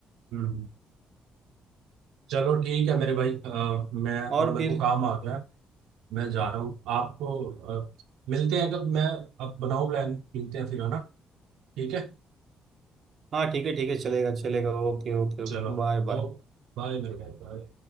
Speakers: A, on the right; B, on the right.
A: हम्म चलो ठीक है मेरे भाई अ, मैं थोड़ा
B: और
A: मेरे
B: फिर
A: को काम आ गया मैं जा रहा हूँ आपको अ, मिलते हैं कब मैं अब बनाओ प्लान मिलते हैं फिर है ना ठीक है
B: हाँ ठीक है ठीक है चलेगा चलेगा ओके ओके
A: चलो
B: Bye bye
A: ओके बाय मेरे भाई बाय